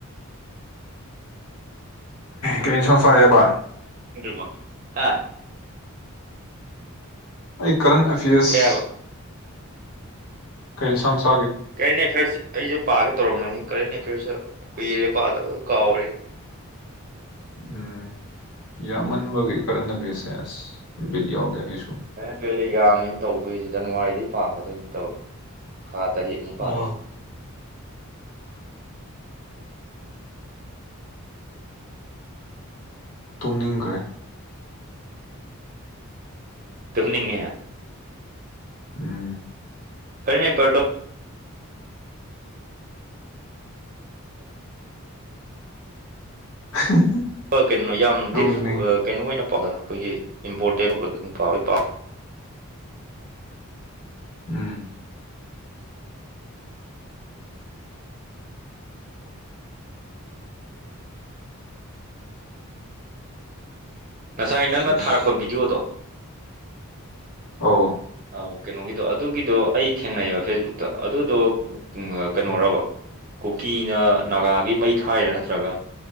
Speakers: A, on the left (about 80°); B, on the right (about 40°).
A: ꯀꯩꯁꯁꯥꯏꯕ
B: ꯕꯣ ꯍꯥ <unintelligible>
A: ꯑꯩ ꯀꯔꯟ ꯑꯦꯐꯤꯌꯔꯁ
B: ꯀꯩ ꯍꯥꯏꯕ
A: ꯀꯩ ꯁꯪꯁ
B: ꯀꯔꯤꯅꯦ ꯐꯔꯁ ꯑꯩꯁꯨ ꯄꯥꯒꯦ ꯇꯧꯔꯝꯕꯅꯤ꯫ ꯀꯔꯦꯟ ꯑꯦꯐꯤꯌꯔꯁꯦ ꯀꯨꯏꯔꯦ ꯄꯥꯗꯕ ꯀꯥꯎꯔꯦ
A: ꯎꯝ ꯌꯥꯝꯃꯟꯕꯒꯤ ꯀꯔꯅ ꯕꯤꯠꯁꯦ ꯑꯁ ꯕꯤꯠ ꯌꯥꯎꯗꯦ ꯑꯩꯁꯨ
B: ꯍ <unintelligible> ꯦꯂꯤꯖꯃꯤꯅ ꯇꯧꯗꯣꯏꯁꯤ ꯖꯅꯋꯥꯔꯤꯗꯩ ꯄꯥꯛꯀꯗꯣꯏꯅꯤ ꯇꯧꯔꯤ ꯊꯥ ꯇꯔꯦꯠ ꯅꯤꯄꯥꯗꯣꯏꯁꯦ
A: ꯑꯥ ꯇꯣꯡꯅꯤꯡꯈ꯭ꯔꯦ
B: ꯇꯝꯅꯤꯡꯉꯦ
A: ꯎꯝ
B: ꯀꯔꯤꯅꯦ ꯑꯄꯔꯗꯣ
A: <unintelligible> <unintelligible>
B: ꯀꯩꯅꯣ ꯌꯥꯝ
A: ꯅꯣꯡꯅꯤ
B: ꯗꯤꯐ ꯀꯩꯅꯣ ꯑꯣꯏꯅ ꯗ ꯑꯩꯈꯣꯏꯒꯤ ꯏꯝꯄꯣꯔꯇꯦꯟ ꯑꯣꯏꯕꯗꯨ ꯄꯕ ꯄꯥꯝꯃꯤ
A: ꯎꯝ
B: ꯉꯁꯥꯏ ꯅꯪꯅ
A: ꯁꯤꯁ
B: ꯊꯥꯔꯛꯄ ꯚꯤꯗꯤꯑꯣꯗꯣ
A: ꯑꯣ
B: ꯑꯣ ꯀꯩꯅꯣꯒꯤꯗꯣ ꯑꯗꯨꯒꯤꯗꯣ ꯑꯩ ꯊꯦꯡꯅꯩꯌꯦꯕ ꯐꯦꯁꯕꯨꯛꯇ ꯑꯗꯨꯗꯣ ꯀꯩꯅꯣꯔꯕ
A: ꯎꯝ
B: ꯀꯨꯀꯤꯅ ꯅꯥꯒꯥꯒꯤ ꯃꯩ ꯊꯥꯏꯔꯥ ꯅꯠꯇ꯭ꯔꯒ